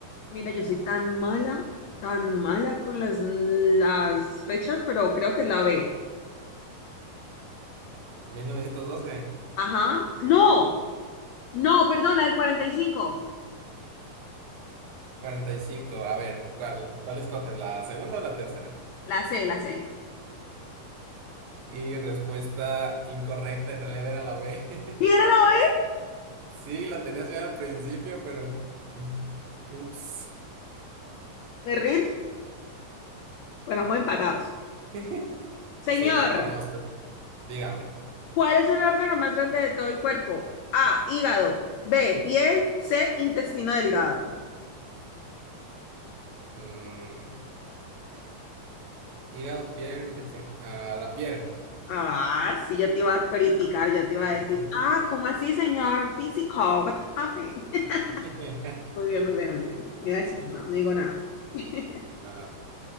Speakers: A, on the left; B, on the right.
A: Mira, yo soy tan mala, tan mala con las, las fechas, pero creo que es la B.
B: mil novecientos doce
A: Ajá. No, no, perdón, la del cuarenta y cinco,
B: cuarenta y cinco A ver, ¿cuál, cuál escoges? ¿La segunda o la tercera?
A: La C, la C.
B: Y respuesta incorrecta, en realidad era la B.
A: ¿Y era
B: <laughs>
A: la B?
B: Sí, la tenías bien al principio, pero... Ups.
A: ¿Me rindo? Bueno, vamos empatados.
B: <laughs>
A: Señor,
B: Sí, vamos. Dígame.
A: ¿cuál es el órgano más grande de todo el cuerpo? A, hígado. B, piel. C, intestino delgado.
B: Mm, hígado, piel, intestino... ah, la piel.
A: Ah, sí, yo te iba a criticar, yo te iba
B: Mm.
A: a decir, ah, ¿cómo así, señor físico? What happened? <laughs>
B: <laughs>
A: Muy bien, muy bien, muy bien. No iba a decir nada, no digo nada. <laughs>
B: Ah,